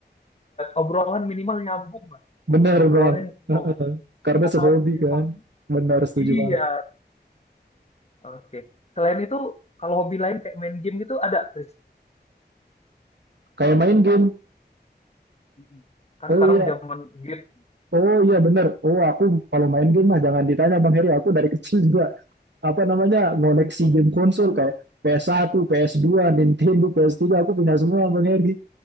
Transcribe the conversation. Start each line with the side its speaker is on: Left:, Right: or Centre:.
Left: obrolan minimal nyambung lah
Right: Bener
Left: obrolannya
Right: bang, Heeh.
Left: obrolan
Right: karena sehobi
Left: hobinya
Right: kan,
Left: sama
Right: Bener setuju
Left: iya
Right: banget.
Left: oke selain itu kalau hobi lain kayak main game gitu ada Riz?
Right: Kayak main game,
Left: Mm-mm. kan
Right: oh
Left: sekarang
Right: iya,
Left: zaman game
Right: oh iya bener, oh aku kalau main game mah jangan ditanya bang Heri, aku dari <laughs> kecil juga apa namanya ngoleksi game konsol kayak PS1, PS2, Nintendo, PS3, aku punya semua bang Heri.